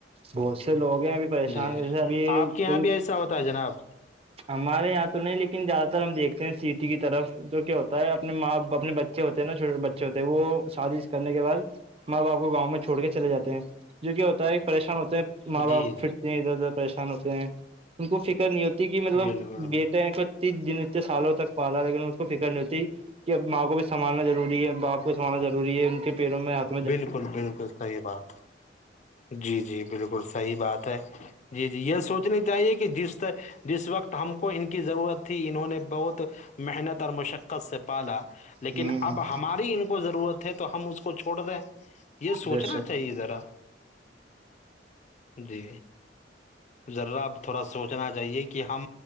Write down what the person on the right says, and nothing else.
بہت سے لوگ ہیں ابھی پریشان
جیسے ابھی
کوئی
ہمارے یہاں تو نہیں لیکن زیادہ تر ہم دیکھتے ہیں سٹی کی طرف جو کیا ہوتا ہے اپنے ماں اپنے بچے ہوتے نا چھوٹے بچے ہوتے ہیں وہ شادی کرنے کے بعد ماں باپ کو گاؤں میں چھوڑ کے چلے جاتے ہیں جو کیا ہوتا ہے پریشان ہوتے ہیں
ماں باپ
پھرتے ہیں ادھر ادھر پریشان ہوتے ہیں ان کو فکر نہیں ہوتی کہ مطلب
بیٹے ا دن اتنے سالوں تک پا رہا ہے لیکن اس کو فکر نہیں ہوتی کہ اب ماں کو بھینھالنا ضوری ہے باپ کو سنبھنا ضوری ہے ان کے پیروں میں آتا
ہے
ہ
جیسے